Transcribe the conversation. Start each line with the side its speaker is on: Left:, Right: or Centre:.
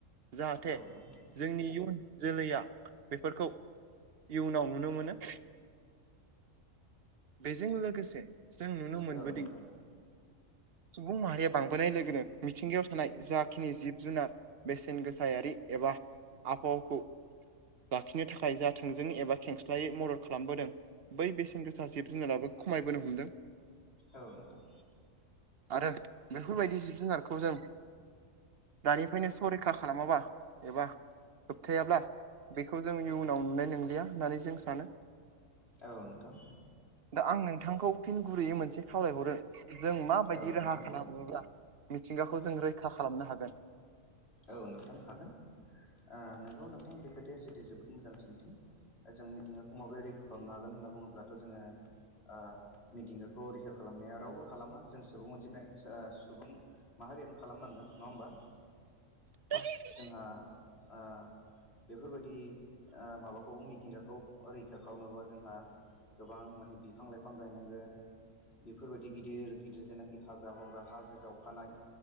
Right: जाहाथे
Left: औ नोंथां औ नोंथां
Right: जोंनि इयुन जोलैया बेफोरखौ इयुनाव नुनो मोनो बेजों लोगोसे जों नुनो मोनबोदों
Left: औ नोंथां
Right: सुबुं माहारिया बांबोनाय लोगोनो मिथिंगायाव थानाय जाखिनि जिब जुनार बेसेन गोसायारि एबा आबहावाखौ लाखिनो थाखाय जाथोंजों एबा खेंस्लायै मदद खालामबोदों बै बेसेन गोसा जिब जोङोलाबो खमायबोनो हमदों
Left: औ नोंथां
Right: आरो बेफोरबायदि जिब जुनारखौ जों दानिफ्रायनो सरैखा खालामाबा एबा होबथायाब्ला बेखौ जों इयुनाव नुनाय नंलिया होननानै जों सानो
Left: औ नोंथां
Right: दा आं नोंथांखौ फिन गुरैयै मोनसे खावलायहरो जों माबायदि
Left: औ नोंथां
Right: राहा खालामो ला मिथिंगाखौ जों रैखा खालामनो हागोन
Left: औ नोंथां हागोन ओ नोंगौ नोंथां बे खोथाया जिहेथु जोबोद मोजां सोंथि जों मिथिंगाखौ माबोरै रैखा खालामनो हागोन होनना बुङोब्लाथ' जोङो ओ मिथिंगाखौ रेह खालामनाया रावबो खालामा जों सुबुं मोनसे सुबुं माहारियानो खालामनांगोन नङा होमबा
Right: <unintelligible>
Left: जोंहा ओ बेफोरबायदि ओ माबाखौ मिथिंगाखौ रैखा खालामनोबा जोंहा गोबां माने बिफां लाइफां गायनांगोन बेफोरबायदि गिदिर गिदिर जेनाखि हाग्रा बंग्रा हाजो जावखानाय